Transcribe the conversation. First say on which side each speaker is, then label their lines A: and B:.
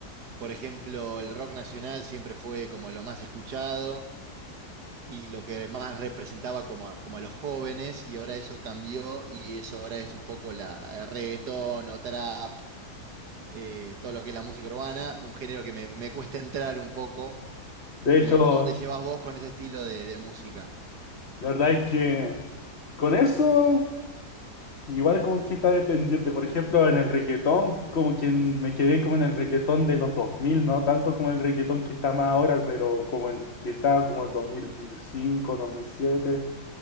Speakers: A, on the right; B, on the left.
A: por ejemplo, el rock nacional siempre fue como lo más escuchado y lo que más representaba como a, como a los jóvenes y ahora eso cambió y eso ahora es un poco la, el reggaetón o trap, eh, todo lo que es la música urbana, un género que me, me cuesta entrar un poco,
B: de
A: pero
B: hecho,
A: ¿cómo te llevas vos con ese estilo de, de música?
B: la verdad es que con eso igual como que está dependiente. Por ejemplo, en el reggaetón, como que me quedé como en el reggaetón de los dos mil no tanto como el reggaetón que está más ahora, pero como el que estaba como el dos dos mil cinco dos mil siete